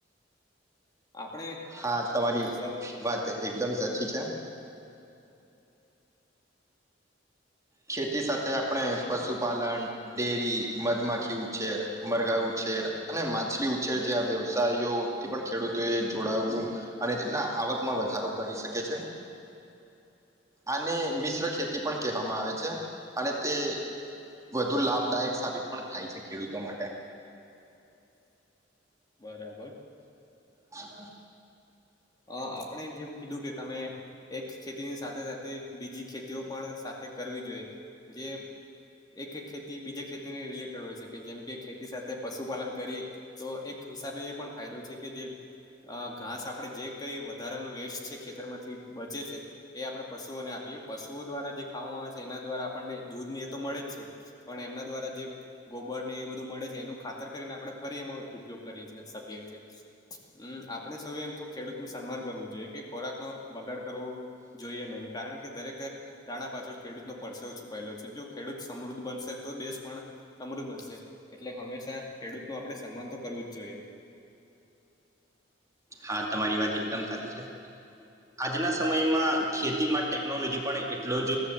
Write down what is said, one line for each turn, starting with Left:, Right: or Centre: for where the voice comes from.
Left: આપણે
Right: હા તમારી
Left: સૌ
Right: વાત એકદમ સાચી છે. ખેતી સાથે આપણે પશુપાલન ડેરી મધમાખી ઉછેર મરગા ઉછેર અને માછલી ઉછેર જેવા વ્યવસાયો થી પણ ખેડૂતોએ જોડાવું અને તેમના આવકમાં વધારો કરી શકે છે.
Left: <unintelligible> <inaudible>
Right: આને મિશ્ર ખેતી પણ કહેવામાં આવે છે અને તે વધુ લાભદાયક સાબિત પણ થાય છે ખેડૂતો માટે.
Left: બરાબર.
Right: હા.
Left: અહ આપણે જેમ કીધું કે તમે એક ખેતીની સાથે સાથે બીજી ખેતીઓ પણ સાથે કરવી જોઈએ જે એક ખેતી બીજે ખેતીને રિલેટેડ ટેડ હોય શકે જેમ કે ખેતી સાથે પશુપાલન કરીએ તો એક હિસાબે એ પણ ફાયદો છે, કે જે અહ ઘાસ આપડે જે તેનું વેસ્ટ છે, ખેતરમાંથી બચે છે એ આપણે પશુઓને આપીએ પશુઓ દ્વારા જે ખાવામાં આવે છે, એના દ્વારા આપણને દૂધ ને એ તો મળે જ છે. પણ એમના દ્વારા જે ગોબરને એ બધું મળે છે, એનું ખાતર કરીને આપણે ફરી એમાં ઉપયોગ કરીએ છીએ સખીએ છીએ. હમ્મ, આપણે સૌ એમ તો ખેડૂતનું સન્માન કરવું જોઈએ, કે ખોરાક નો બગાડ કરવો જોઈએ નહીં કારણ કે દરેક એ દાણા પાછળ ખેડૂત નો પરસેવો છુપાયેલો છે. જો ખેડૂત સમૃદ્ધ બનશે તો દેશ પણ સમૃદ્ધ બનશે એટલે હંમેશા ખેડૂત નો આપડે સન્માન તો કરવું જ જોએ.
Right: હા, તમારી વાત એકદમ સાચી છે. આજના સમયમાં ખેતીમાં ટેકનોલોજી પણ એટલો જ